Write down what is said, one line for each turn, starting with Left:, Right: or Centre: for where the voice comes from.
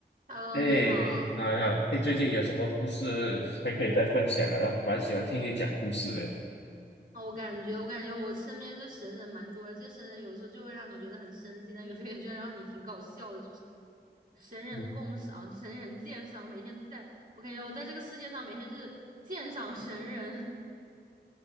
Right: Hello，
Left: 哎，
Right: 你好。
Left: 好呀，哎，最近有什么故事还可以再分享啊？蛮喜欢听你讲故事的。
Right: 啊，我感觉，我感觉我身边这神人蛮多的，这些神人有时候就会让你觉得很生气，但有时候也觉得让你挺搞笑的，就是神人共赏、
Left: 你
Right: 神人鉴赏，每天都在，我感觉我在这个世界上每天是鉴赏神人，